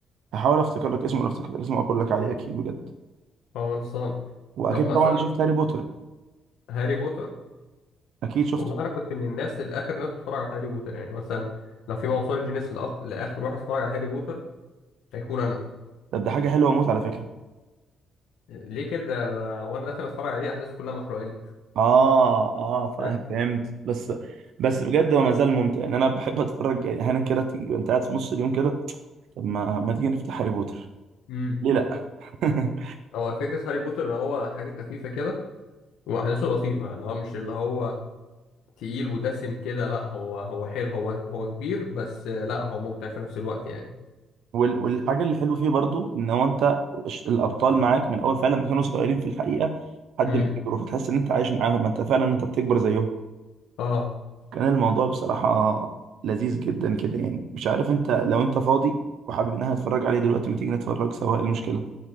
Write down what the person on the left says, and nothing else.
خلصان
طب مثلا
هاري بوتر
والله انا كنت من الناس الاخر ناس بتتفرج على هاري بوتر يعني مثلا لو في موسوعه جينيس لأخ... لاخر واحد اتفرج على هاري بوتر هيكون انا
ليه كده وانا داخل اتفرج عليه احداثه كلها محروقه لي
<laughs>
امم
هو فكره هاري بوتر ان هو حاجه خفيفه كده واحداثه لطيفه اللي هو مش اللي هو تقيل ودسم كده لا هو هو حلو هو هو كبير بس آه، لا هو ممتع في نفس الوقت يعني
امم
اه